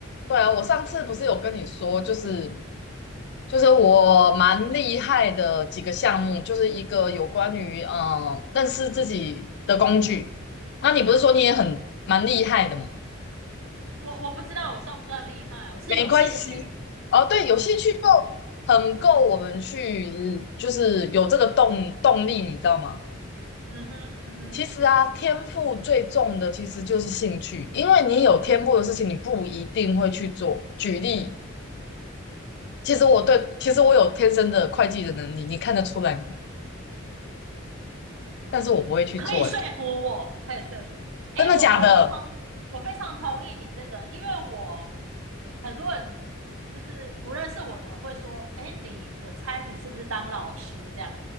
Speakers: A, on the left; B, on the right.
A: 对啊，我上次不是有跟你说，就是就是我蛮厉害的几个项目，就是一个有关于呃认识自己的工具。那你不是说你也很蛮厉害的吗？
B: 我我不知道我算不算厉害，我是有兴趣。
A: 没关系，哦，对，有兴趣就很够我们去，就是有这个动动力，你知道吗？
B: 嗯哼，嗯哼，
A: 其实啊，天赋最重的其实就是兴趣，因为你有天赋的事情，你不一定会去做。举例，其实我对，其实我有天生的会计的能力，你看得出来吗？但是我不会去做，
B: 可以说服我，
A: 呀，
B: 可以说服我。哎，
A: 真的假的？
B: 我我非常我非常同意你这个，因为我很多人就是不认识我的会说，哎，你我猜你是不是当老师这样？